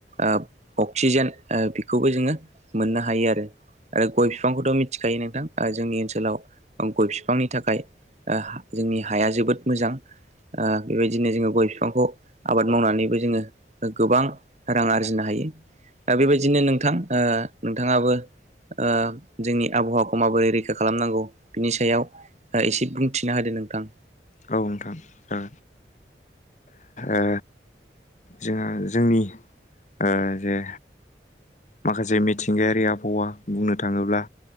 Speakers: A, on the right; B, on the left.
A: ओब अक्सिजेन ओ बेखौबो जोङो मोननो हायो आरो आरो गय फिफांखौथ' मिथिखायो नोंथां जोंनि ओनसोलाव ओ गय बिफांनि थाखाय ओ जोंनि हाया जोबोद मोजां ओ बेबायदिनो जोङो गय फिफांखौ आबाद मावनानैबो जोङो गोबां रां आरजिनो हायो। दा बेबायदिनो नोंथां ओ नोंथाङाबो ओ जोंनि आबहावाखौ माबोरै रैखा खालामनांगौ बिनि सायाव खाय एसे बुंथिना होदो नोंथां।
B: औ नोंथां ओ ओ जोंहा जोंनि ओ जे माखासे मिथिंगायारि आबहावा बुंनो थाङोब्ला